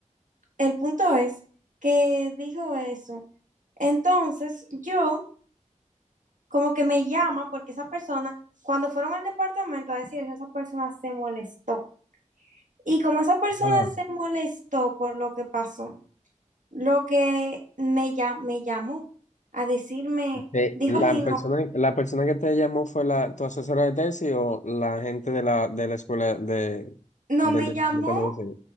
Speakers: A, on the right; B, on the left.
A: el punto es que dijo eso. Entonces yo como que me llama porque esa persona, cuando fueron al departamento a decir eso, esa persona se molestó. Y como esa persona
B: Ah,
A: se molestó por lo que pasó, lo que me, llam- me llamó a decirme,
B: Eh,
A: dijo
B: la
A: mi
B: persona,
A: no,
B: la persona que te llamó fue la, tu asesora de tesis o la gente de la, de la escuela de,
A: no,
B: del
A: me
B: departamento
A: llamó,
B: de medicina.